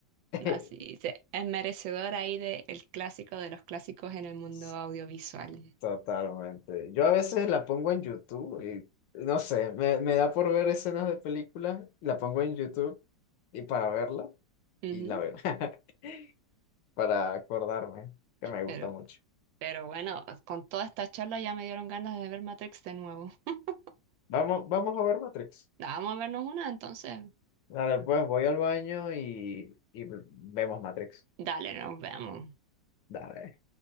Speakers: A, on the left (about 80°); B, on the right (about 85°).
A: <laughs>
B: no, sí, se- es merecedor ahí de el clásico de los clásicos en el mundo
A: no.
B: audiovisual.
A: Totalmente. Yo a veces la pongo en YouTube y no sé, me, me da por ver escenas de películas, la pongo en YouTube y para verla y
B: Ujú.
A: la veo, <laughs> para acordarme que me gusta
B: Pero,
A: mucho.
B: pero bueno, con toda esta charla ya me dieron ganas de ver Matrix de nuevo. <laughs>
A: Vamos, vamos a ver Matrix.
B: Vamos a vernos una, entonces.
A: Dale, pues voy al baño y, y vemos Matrix.
B: Dale, nos vemos.
A: Dale.